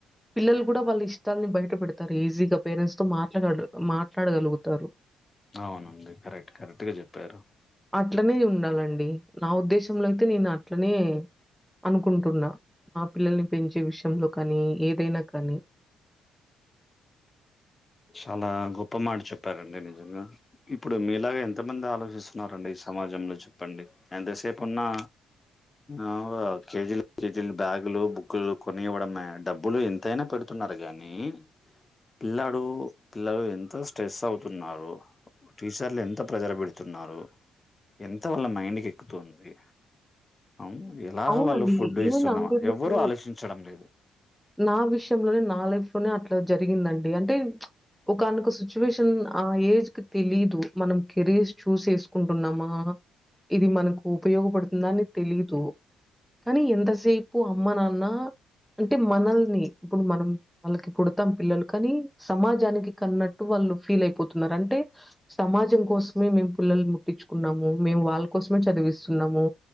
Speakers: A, in the centre; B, on the left.
A: పిల్లలు కూడా వాళ్ళ ఇష్టం ని బయట పెడతారు ఈజీగా పేరెంట్స్ తో మాట్లా మాట్లాడగలుగుతారు
B: అవునండి కరెక్ట్ కరెక్ట్గా చెప్పారు
A: అట్లనే ఉండాలండి నా ఉద్దేశంలో అయితే నేను అట్లనే అనుకుంటున్నా మా పిల్లల్ని పెంచే విషయంలో కానీ ఏదైనా కానీ
B: చాలా గొప్ప మాట చెప్పారండి నిజంగా ఇప్పుడు మీలాగ ఎంత త మంది ఆలోచిస్తున్నారండి సమాజంలో చెప్పండి ఎంతసేపు ఉన్నా అ కేజీలు కేజీలు బ్యాగులు బుక్లు కొని ఇవ్వడమే డబ్బులు ఎంతైనా పెడుతున్నా కాని పిల్లాడు పిల్లలు ఎంతో స్ట్రెస్ అవుతున్నారు టీషర్లు ఎంత ప్రెషర్ పెడుతున్నారు ఎంత వల్ల మైండ్కి ఎక్కుతుంది అవును ఎలాగ
A: అవునండి.
B: వాళ్ళు ఫుడ్
A: ఈవెన్
B: ఇస్తున్నామ
A: అంతెందుకు
B: ఎవ్వరు ఆలోచించడం లేదు
A: నా విషయంలోనే నా లైఫ్ లోనే అట్లా జరిగిందండి అంటే ఒకనొక సిచ్యువేషన్ ఆ ఏజ్ కి తెలిదు మనం కెరీర్ చూజ్ చేసుకుంటున్నామా ఇది మనకు ఉపయోగపడుతుంద అని తెలియదు కానీ ఎంతసేపు అమ్మ నాన్న అంటే మనల్ని ఇప్పుడు మనం వాళ్ళకి పుడతాం పిల్లలు కానీ సమాజానికి కన్నట్టు వాళ్ళ వాళ్ళు ఫీల్ అయిపోతున్నారు అంటే సమాజం కోసమే మేము పిల్లలు ముట్టించుకున్నాము మేము వాళ్ళ కోసమే చదివిస్తున్నాము